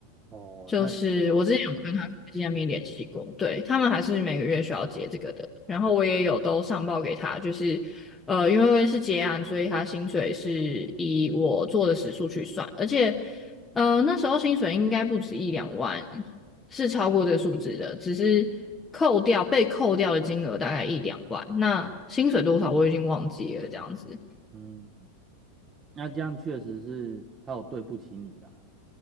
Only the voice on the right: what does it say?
哦，
那
嗯。那这样确实是他有对不起你啦，